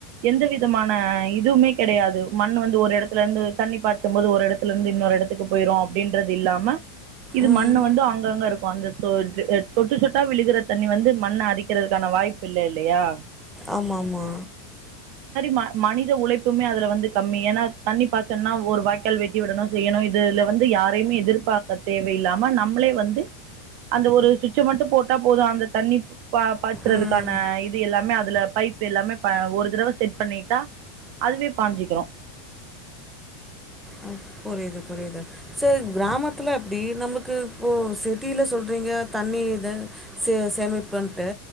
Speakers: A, on the right (about 50°); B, in the centre.
A: எந்த விதமான இதுமே கெடையாது மண் வந்து ஒரு எடத்துலந்து தண்ணி பாய்ச்ச போ ஒரு எடத்துலந்து இன்னொரு எடத்துக்கு போயிரு அப்டின்றது இல்லாம இது
B: ம்
A: மண்ணு வந்து அங்கங்கருக்கு அந்த <unintelligible> சொட்டு சொட்டா விழுகற தண்ணி வந்து மண்ண அரிக்றதுக்கான வாய்ப்பு இல்ல இல்லயா
B: ஆமா ஆமா
A: ம மனித உழைப்புமே அதுல வந்து கம்மி ஏனா தண்ணி பாய்ச்சனுனா ஒரு வாய்கால் வெட்டி விடணு செய்யணு இதுல வந்து யாரையுமே எதிர்பாக்க தேவையில்லாம நம்ளே வந்து அந்த ஒரு சுவிட்ச மட்டு போட்டா போது அந்த தண்ணி பா பாய்ச்சறதுக்கான
B: ம்
A: இது எல்லாமே அதுல பைப்பு எல்லாமே ப ஒரு தரவ செட் பண்ணிட்டா அதுவே பாஞ்சிக்கறோ
B: ஆ புரிது புரிது சர் கிராமத்துல அப்டி நமக்கு இப்போ சிட்டில சொல்றீங்க தண்ணி இத சே சேமிப்புன்ட்டு